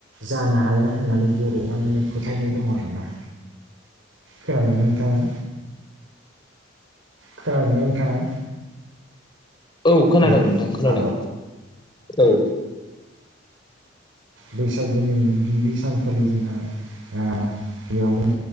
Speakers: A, on the right; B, on the left.
A: जानो हाया होननानै बर'वावहाय माने फोथायनाय दं आरोना खोनाबायना नोंथाङा खोनादोंना नोंथाङा
B: औ खोनादों
A: हेल'
B: नोंथां खोनादों
A: औ
B: औ
A: बैसागुनि गिबि सानखालि जोंहा आ गिबियावनो